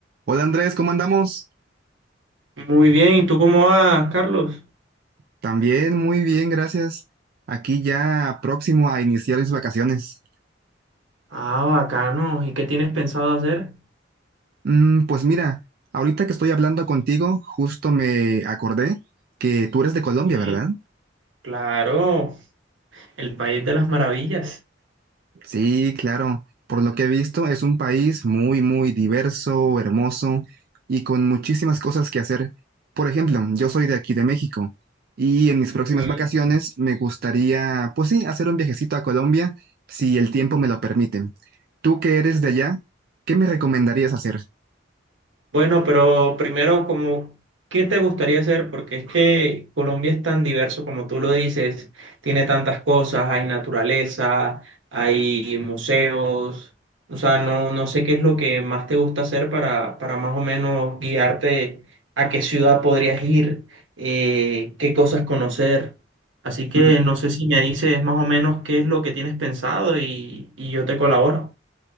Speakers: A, on the right; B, on the right.
A: Hola Andrés, ¿cómo andamos?
B: Muy bien, ¿y tú cómo vas, Carlos?
A: También muy bien, gracias. Aquí ya próximo a iniciar mis vacaciones.
B: Ah, bacano. ¿Y qué tienes pensado hacer?
A: Mm, pues mira, ahorita que estoy hablando contigo, justo me acordé que tú eres de Colombia,
B: Sí.
A: ¿verdad?
B: Claro, el país de las maravillas.
A: Sí, claro. Por lo que he visto, es un país muy, muy diverso, hermoso y con muchísimas cosas que hacer. Por ejemplo, yo soy de aquí, de México, y en mis próximas
B: Ujú.
A: vacaciones me gustaría, pues sí, hacer un viajecito a Colombia, si el tiempo me lo permite. Tú que eres de allá, ¿qué me recomendarías hacer?
B: Bueno, pero primero, como, ¿qué te gustaría hacer? Porque es que Colombia es tan diverso como tú lo dices, tiene tantas cosas, hay naturaleza, hay museos, o sea, no, no sé qué es lo que más te gusta hacer para, para más o menos guiarte a qué ciudad podrías ir, eh, qué cosas conocer. Así que
A: Mm,
B: no sé si me dices más o menos qué es lo que tienes pensado y, y yo te colaboro.